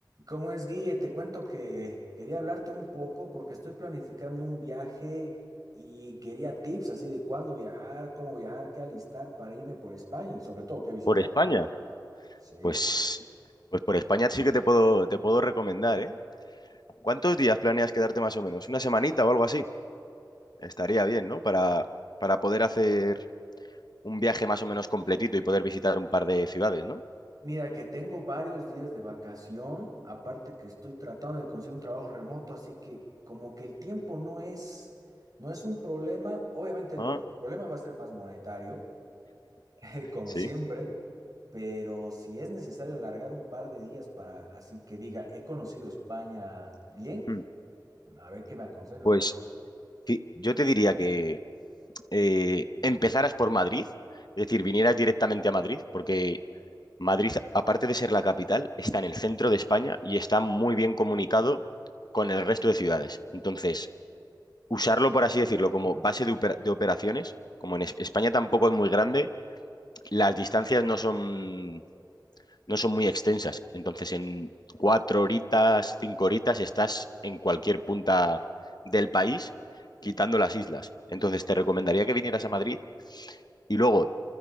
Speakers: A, on the right (about 50°); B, on the left (about 60°).
A: ¿Cómo es, Guille? Te cuento que quería hablarte un poco porque estoy planificando un viaje y quería tips así de cuándo viajar, cómo viajar, qué alistar para irme por España y sobre todo qué visitar.
B: Por España,
A: Sí.
B: pues, pues por España sí que te puedo, te puedo recomendar, ¿eh? ¿Cuántos días planeas quedarte más o menos? ¿Una semanita o algo así? Estaría bien, ¿no? Para, para poder hacer un viaje más o menos completito y poder visitar un par de ciudades, ¿no?
A: Mira, que tengo varios días de vacación, aparte que estoy tratando de conseguir un trabajo remoto, así que como que el tiempo no es, no es un problema. Obviamente
B: Ah,
A: lo- el problema va a ser más monetario <laughs> como
B: sí.
A: siempre, pero si es necesario alargar un par de días para así que diga, he conocido España bien,
B: Mm.
A: a ver qué me aconsejas,
B: Pues
A: Juan.
B: sí, yo te diría que eh, empezaras por Madrid, es decir, vinieras directamente a Madrid, porque Madrid, aparte de ser la capital, está en el centro de España y está muy bien comunicado con el resto de ciudades. Entonces, usarlo, por así decirlo, como base de, opera- de operaciones. Como en Es- España tampoco es muy grande, las distancias no son, no son muy extensas. Entonces, en cuatro horitas, cinco horitas, estás en cualquier punta del país, quitando las islas. Entonces, te recomendaría que vinieras a Madrid. Y luego,